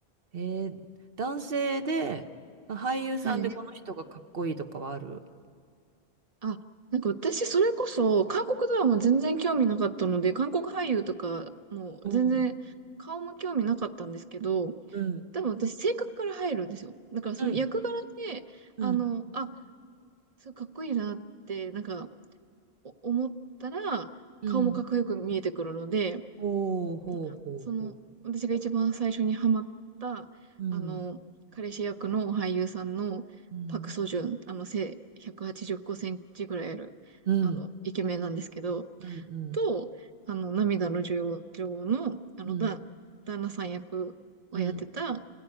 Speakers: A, on the right (about 65°); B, on the right (about 40°).
A: えー、男性で、俳優さんでこの人がかっこいいとかはある
B: はい。あ、なんか私、それこそ、韓国ドラマ全然興味なかったので、韓国俳優とか、もう全然、
A: うん。
B: 顔も興味なかったんですけど、
A: うん。
B: 多分私、性格から入るんですよ。だから、その役柄で、
A: うん。うん。
B: あの、あ、すごいかっこいいなって、なんか、お思ったら、
A: うん。
B: 顔もかっこよく見えてくるので、
A: ほうほうほうほう。
B: なんかその、私が一番最初にハマった、
A: うん。
B: あの、彼氏役の俳優さんのパク・
A: うん。
B: ソジュン、あの、背185センチぐらいある、
A: うん。
B: あの、イケメンなんですけど、
A: うん。うん。
B: と、あの、涙の女王女王の、あの、
A: うん。
B: だ、旦那さん役をやってた、
A: うん。